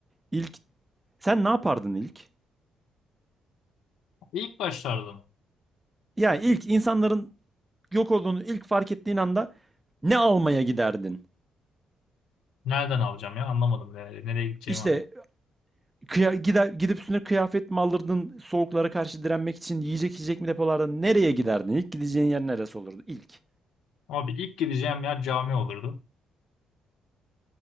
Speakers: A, on the right; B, on the left.
A: ilk sen ne yapardın ilk?
B: İlk başlarda mı?
A: Ya ilk insanların yok olduğunu ilk fark ettiğin anda ne almaya giderdin?
B: Nereden alacağım ya anlamadım yani nereye gideceğimi
A: İşte
B: anlamadım.
A: kıya- gider, gidip üstüne kıyafet mi alırdın soğuklara karşı direnmek için yiyecek yiyecek mi depolarda nereye giderdin? İlk gideceğin yer neresi olurdu? İlk.
B: Abi ilk gideceğim yer cami olurdu